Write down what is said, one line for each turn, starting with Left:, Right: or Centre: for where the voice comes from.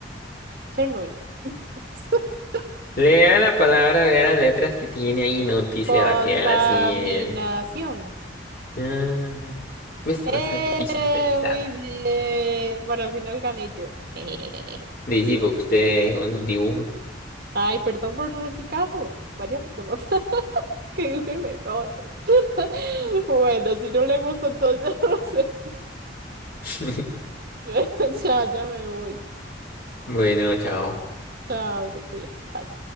Right: Chernobyl. <laughs>
Left: Lea la palabra, vea las letras que tiene ahí, no empiece
Right: Contaminación.
Left: a batear así. eh. Ah, ¿ves?
Right: Eh,
Left: No es tan difícil pensar.
Right: muy bien. Bueno, al final gané yo. <laughs>
Left: Dice, porque usted con sus dibujos.
Right: Ay, perdón por no ser Picasso. Váyase con otra <laughs> que dibuje mejor. <laughs> Bueno, si no le gusta, entonces <laughs> ya no lo sé.
Left: <laughs>
Right: <laughs> Ya, ya me voy.
Left: Bueno, chao.
Right: Chao, se cuida. Bye.